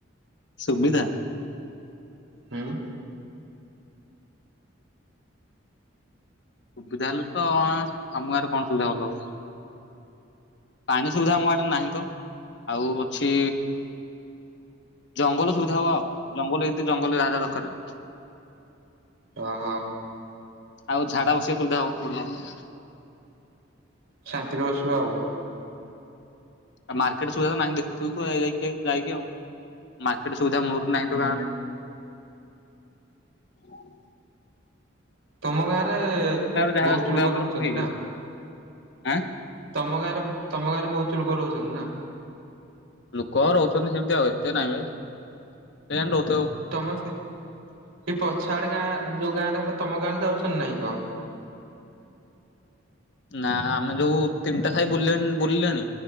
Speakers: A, on the left; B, on the right.
A: ସୁବିଧା।
B: ହୁଁ।
A: ସୁବିଧା ହେଲେ ତ ଆମ ଗାଁରେ କଣ ସୁବିଧା ଭଲ ହବ। ପାଣି ସୁବିଧା ଆମ ଆଡେ ନାହିଁ ତ ଆଉ ଅଛି। ଜଙ୍ଗଲ ସୁବିଧା ହବ ଆଉ ଜଙ୍ଗଲ ଏମିତି ଜଙ୍ଗଲରେ ଯାହା ଯାହା ଦରକକାର୍।
B: ଓ ହୋ।
A: ଆଉ ଝାଡା ବସିବା ସୁବିଧା ହବ ବଡ଼ିଆ।
B: ଶାନ୍ତିରେ ବସିବ ଆଉ।
A: ଆଉ ମାର୍କେଟ ସୁବଧା ନାହିଁ ଦେଖୁ ଥିଲୁ ତୁ ଯାଇକି ଆଉ। ମାର୍କେଟ ସୁବିଧା ମୂଳରୁ ନାହିଁ
B: ହୁଁ।
A: ତ ଗାଁ ଆଡେ। <inaudible>
B: ତମ ଗାଁ ରେ
A: ଯାହା
B: ବହୁତ
A: ଯାହା ସୁବିଧା
B: ଲୋକ
A: ଦରକାର
B: ରହୁଛନ୍ତି
A: ସବୁ ହେଇଯିବ
B: ନା।
A: ଆଁ
B: ତମ ଗାଁରେ ତମ ଗାଁରେ ବହୁତ ଲୋକ ରହୁଛନ୍ତି ନା।
A: ଲୋକ ରହୁଛନ୍ତି ସେମିତି ଆଉ ଏତେ ନାହିଁ ବେ ସେମିତି ରହୁଛନ୍ତି।
B: ସମସ୍ତେ ଏଇ ପଛ ଆଡେ ଗାଁ ଯୋଉ ଗାଁ। ଏଟା ତମ ଗାଁରେ ଯାଉଛନ୍ତି ନାଇଁ କହ।
A: ନା ଆମେ ଯୋଉ ତିନିଟା ସାଇ ବୁଲିଲେଣି